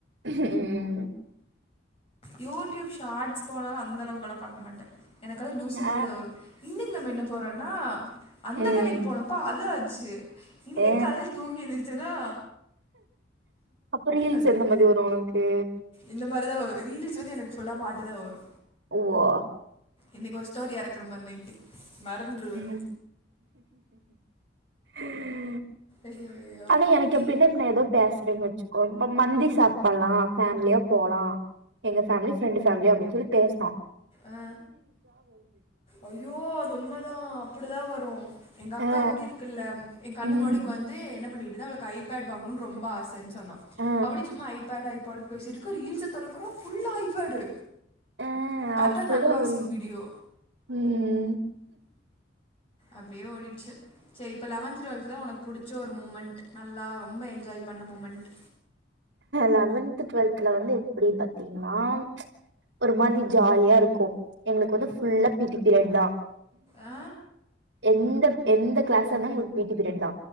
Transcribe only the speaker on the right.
உம்
ஆ,
உம்,
ஆ.
அப்ப ரீல்ஸ்
எந்த மாதிரி வரும் உனக்கு
ஓ ஆ
உம் உம்
ஆனா எனக்கு
எப்டின்னா இப்ப நா ஏதோ பேசுறேன்னு வச்சுக்கோ இப்ப மந்தி சாப்டலா ஃபேமிலியா போலா எங்க ஃபேமிலி பிரண்ட்டு ஃபேமிலி அப்பின்னு சொல்லி பேசினோ
ஆ
ம்
ஆ
ஆ
அப்டிதா
வருமா
ம்
லெவன்த்து டுவெல்த்துல வந்து எப்டி பாத்தீங்கன்னா ஒரு மாதிரி ஜாலியா இருக்கு எங்களுக்கு வந்து ஃபுல்லா பீட்டி பீரியட்தா
எந்த எந்த கிளாஸ் இருந்தா எங்களுக்கு பீட்டி பீரியட்தா